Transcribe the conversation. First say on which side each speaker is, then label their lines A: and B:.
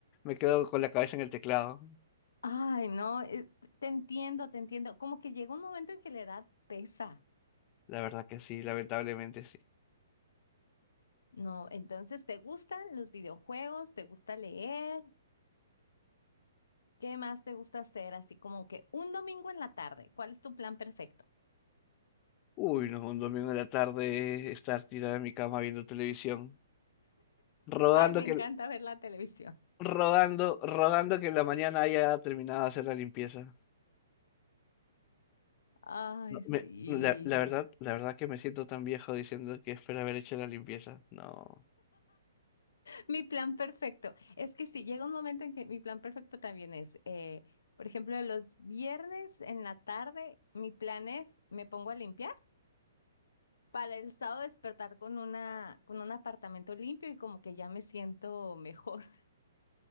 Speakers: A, on the left; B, on the left.
A: me quedo con la cabeza en el teclado.
B: Ay, no, eh, te entiendo, te entiendo. Como que llega un momento en que la edad pesa,
A: La verdad que sí, lamentablemente sí.
B: ¿no? Entonces, ¿te gustan los videojuegos? ¿Te gusta leer? ¿Qué más te gusta hacer? Así como que un domingo en la tarde, ¿cuál es tu plan perfecto?
A: Uy, no, un domingo en la tarde estar tirada en mi cama viendo televisión, rodando
B: Ay, me
A: que,
B: encanta ver la televisión.
A: rodando, rodando que en la mañana haya terminado de hacer la limpieza.
B: Ay,
A: No,
B: sí.
A: me- la, la verdad, la verdad que me siento tan viejo diciendo que espero haber hecho la limpieza. No,
B: Mi plan perfecto. Es que sí, llega un momento en que mi plan perfecto también es, eh, por ejemplo, los viernes en la tarde, mi plan es, me pongo a limpiar. para el sábado despertar con una, con un apartamento limpio y como que ya me siento mejor. <laughs>